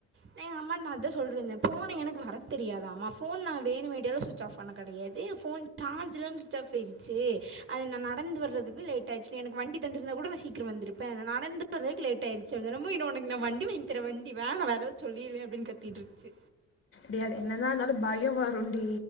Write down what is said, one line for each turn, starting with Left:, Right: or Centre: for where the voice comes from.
Right: நா எங்க அம்மாட்ட அதான் சொல்லிட்டு இருந்தேன் போன எனக்கு வர தெரியாதாமா போன் நா வேணுமே னு ஸ்விட்ச் பண்ண ஆப் கிடையாது போன் சார்ஜ் இல்லாம ஸ்விட்ச் ஆப் ஆயிடுச்சு அது நா நடந்து வரத்திற்கு லேட் ஆகிடுச்சு எனக்கு வண்டி தந்து இருந்தா கூட நா சீக்கிரம் வந்து இருப்பேன் நடந்து வரத்திற்கு லேட் ஆகிடுச்சு உடனே உனக்கு நா வண்டி வாங்கி தரவா வண்டி வேணா வேற எதா து சொல்லிருவேன் அப்டின்னு கத்திட்டு இருந்துச்சு
Left: டி அது என்ன தா இருந்தாலு பயம் வருண்டி